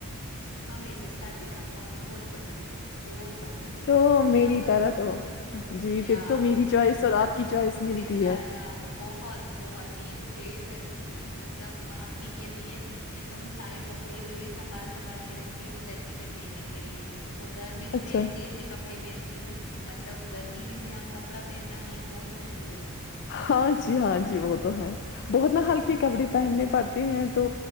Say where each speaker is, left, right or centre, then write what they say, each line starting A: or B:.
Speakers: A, on the left; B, on the left.
A: ہمیں تو سردی کا موسم بہت پسند ہے بہت پسند ہے
B: تو میری
A: کیا بتائیں
B: طرح تو جی
A: یا
B: پھر تو میری
A: مطلب
B: چوائس اور آپ کی چوائس ملتی
A: انشاء
B: ہے
A: اللہ بہت بہت میں تو ویٹ کرتی ہوں مطلب امی کہتی ہیں کہ تم سارے کپڑے جو ہے سنبھال سنبھال کے کے رکھتی ہے سردی میں پہننے کے لیے وہ گھر میں تو
B: اچھا
A: میں ایسے ایسے کپڑے پہنتی ہوں مطلب گرمی میں تو یہاں کپڑا پہننا بھی بہت مشکل ہو جاتا ہے
B: ہاں جی ہاں جی وہ تو ہے بہت نا ہلکے کپڑے پہننے پڑتے ہیں تو